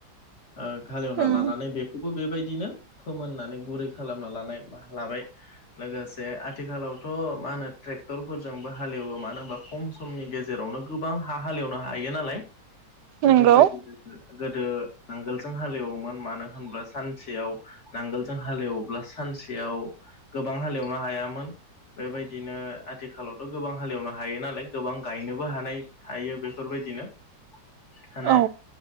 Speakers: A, on the left; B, on the right.
A: ओ हालेवना
B: उम
A: लानानै बेखौ बेबायदिनो फोमोननानै गुरै खालामना लानाय लाबाय लोगोसे आथिखालाव थ' मा होनो ट्रेक्टरफोरजोंबो हालेवो मानो होनबा खम समनि गेजेरावनो गोबां हा हालेवनो हायो नालाय बेफोरबायदिनो
B: नंगौ
A: गोदो नांगोलजों हालेवोमोन मानो होनब्ला सानसेयाव नांगोलजों हालेवब्ला सानसेयाव गोबां हालेवनो हायामोन बेबायदिनो आथिखालावथ' गोबां हालेवनो हायो नालाय गोबां गायनोबो हानाय हायो बेफोरबायदिनो माने
B: औ